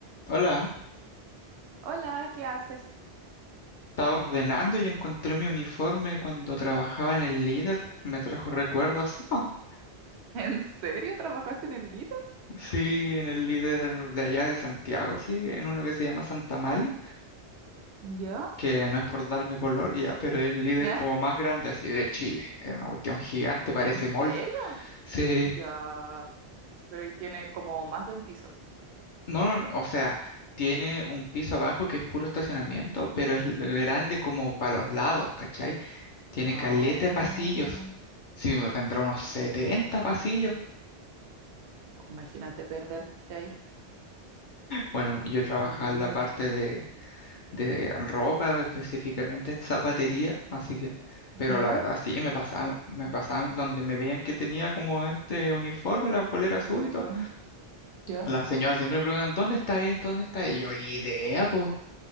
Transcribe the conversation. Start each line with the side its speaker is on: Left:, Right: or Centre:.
Left: Hola,
Right: Hola, ¿qué haces?
Left: estaba ordenando y encontré mi uniforme cuando trabajaba en el Líder. Me trajo recuerdos. <laughs>
Right: <laughs> ¿En serio trabajaste en el líder?
Left: Sí, en el Líder de allá de Santiago, sí, en uno que se llama Santa Malia,
Right: ¿Yo?
Left: que no es por darme color ya, pero es el Líder
Right: <laughs>
Left: como más grande así de Chile. Es una cuestión gigante, parece
Right: ¿En serio?
Left: mall. Sí,
Right: Ya, pero ahí tiene como más de un piso.
Left: no, no, o sea, tiene un piso abajo que es puro estacionamiento, pero es l- grande como para los lados, ¿cachai? Tiene
Right: Oh,
Left: caleta de pasillos. Sí, uno tendrá unos setenta
Right: oh.
Left: pasillos.
Right: Imagínate perderte ahí.
Left: Bueno, yo trabajaba
Right: Un niño.
Left: en la parte de, de ropa, específicamente en zapatería, así que, pero
Right: ¿Ya?
Left: la verdad sí, me pasaban, me pasaban donde me veían que tenía como este uniforme, la polera azul
Right: ¿El uniforme?
Left: y todo.
Right: ¿Ya?
Left: Las señoras siempre me preguntan, ¿dónde está esto? ¿Dónde está? Y yo ni idea, po.